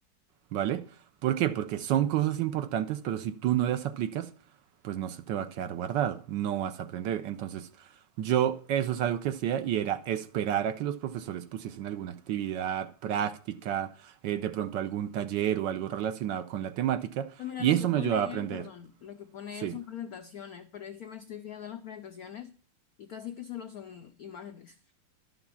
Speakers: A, on the right; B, on the left.
A: ¿vale? ¿Por qué? Porque son cosas importantes, pero si tú no las aplicas, pues no se te va a quedar guardado, no vas a aprender. Entonces, yo eso es algo que hacía y era esperar a que los profesores pusiesen alguna actividad práctica, eh, de pronto algún taller o algo relacionado con la temática,
B: Pues mira,
A: y
B: lo
A: eso
B: que pone
A: me ayudaba a aprender,
B: él, perdón, lo que pone
A: sí.
B: él son presentaciones, pero es que me estoy fijando en las presentaciones y casi que solo son imágenes. <laughs>